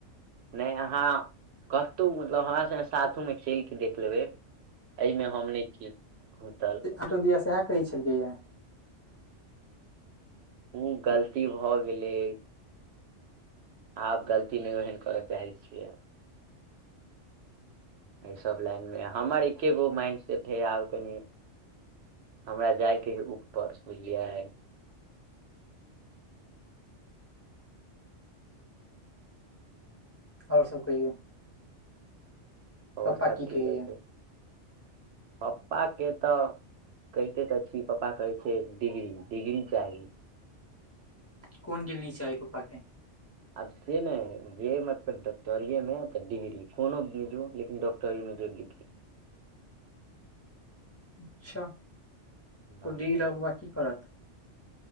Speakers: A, on the right (about 65°); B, on the left (about 20°).
A: नैए अहाँ कतहु मतलब हमरा सँगे साथो मे चइल कऽ देख लेबै अईमे हम नहि छी घुसल
B: आटो दिया सेह कहै छलियै यै।
A: उ गलती भऽ गेलै। आब गलती नहि ओहन करऽ चाहै छियै। एईसब लाइन मे हमर एक्के गो माइंड सेट हए आब कनि हमरा जायके हय ऊपर बुझलियै
B: ओर सब कहियौ
A: ओर
B: पप्पा
A: सब
B: की
A: ठीके छै।
B: <unintelligible>
A: पप्पा के तऽ कहिते तऽ छी पप्पा कहै छै। डिग्री डिग्री चाही
B: कोन डीग्री चाही पप्पा के
A: आब से नहि जे मतलब डॉक्टरीएमे तऽ डिग्री कोनोमे जो लेकिन डॉक्टरीमे जो डिग्री
B: अच्छा
A: नहि
B: तऽ डीगी लॉक बाद की करत